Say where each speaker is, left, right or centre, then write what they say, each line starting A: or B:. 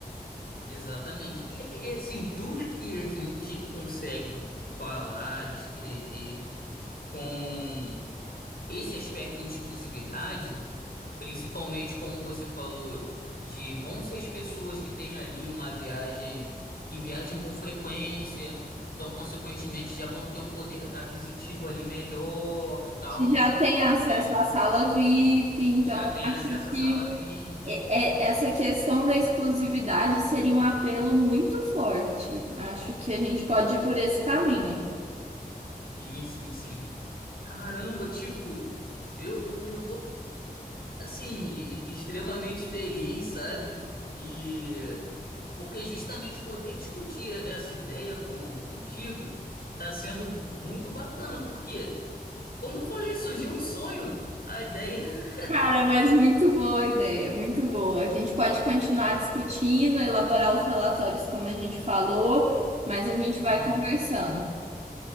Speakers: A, on the left; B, on the right.
A: exatamente. E, e, assim, tudo que a gente consegue falar, descrever com esse aspecto de exclusividade, principalmente como você falou, de vão ser as pessoas que têm ali uma viagem, que viajam com frequência, então, consequentemente, já vão ter um poder aquisitivo ali melhor, tal.
B: Que já tem acesso
A: É.
B: à sala VIP, então
A: Já tem
B: acho
A: acesso à
B: que
A: sala VIP.
B: É- é- Essa questão da exclusividade seria um apelo muito forte. Acho que a gente pode ir por esse caminho.
A: Sim, sim, sim. Caramba, tipo. Eu, eu, eu tô assim, e- extremamente feliz, sabe? E porque justamente poder discutir essa ideia com contigo tá sendo muito bacana, porque, como eu falei, surgiu um sonho, a ideia. <laughs>
B: Cara, mas muito boa a ideia, muito boa. A gente pode continuar discutindo, elaborar os relatórios como a gente falou, mas a gente vai
A: Uhum.
B: conversando.